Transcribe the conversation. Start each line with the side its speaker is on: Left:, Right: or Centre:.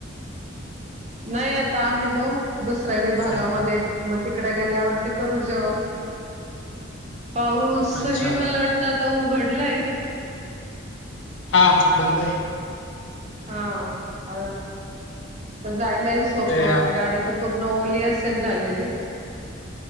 Right: नाही आता आम्ही जाऊ, दुसऱ्या विभागामध्ये.
Left: हां.
Right: मग तिकडं गेल्यावरती करू जेवण, पाऊस
Left: अच्छा.
Right: हि म <unintelligible> ता आता उघडलंय.
Left: हा बंद आहे.
Right: हा अ, तर जायलाही सोपं
Left: ते अ,
Right: गाडी तर पूर्ण ओली असेल झालेली.